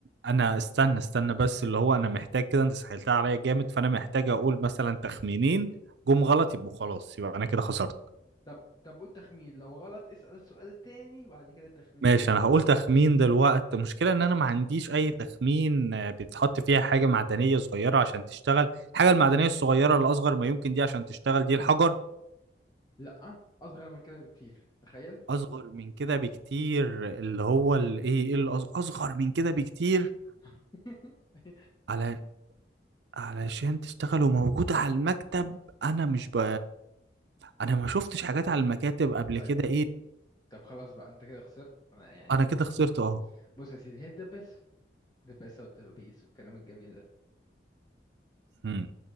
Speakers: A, on the right; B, on the left.
A: انا استنى استنى بس اللي هو انا محتاج كده انت سهلتها عليا جامد فانا محتاج اقول مثلا تخمينين جم غلط يبقوا خلاص يبقى انا كده خسرت
B: طب طب قول تخمين لو غلط اسأل سؤال تاني بعد كده التخمين
A: ماشي
B: اللي بعده
A: انا هقول تخمين دلوقتي المشكله ان انا ما عنديش اي تخمين آه، بيتحط فيها حاجه معدنيه صغيره عشان تشتغل الحاجه المعدنيه الصغيره الاصغر ما يمكن دي عشان تشتغل دي الحجر
B: لأ أصغر من كده بكتير تخيل
A: اصغر من كده بكتير اللي هو الايه ايه الأص- اصغر من كده بكتير
B: <laughs>
A: على علشان تشتغل وموجوده على المكتب انا مش ب... انا ما شفتش حاجات على المكاتب قبل
B: طيب
A: كده ايه
B: طب خلاص بقى أنت كده خسرت أنا يعني
A: انا كده خسرت
B: أسف
A: اه
B: بص يا سيدي هي الدباسة الدباسة والدبابيس والكلام الجميل ده
A: مم.